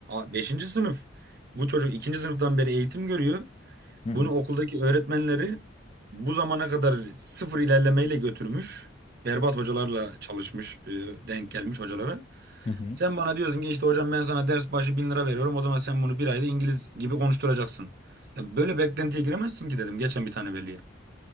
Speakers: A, on the right (about 55°); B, on the left (about 30°).
A: beşinci sınıf. Bu çocuk ikinci sınıftan beri eğitim görüyor.
B: Hı hı.
A: Bunu okuldaki öğretmenleri bu zamana kadar sıfır ilerlemeyle götürmüş. Berbat hocalarla çalışmış, e, denk gelmiş hocalara.
B: Hı hı.
A: Sen bana diyorsun ki işte hocam ben sana ders başı bin lira veriyorum. O zaman sen bunu bir ayda İngiliz gibi konuşturacaksın. Ya böyle beklentiye giremezsin ki dedim geçen bir tane veliye.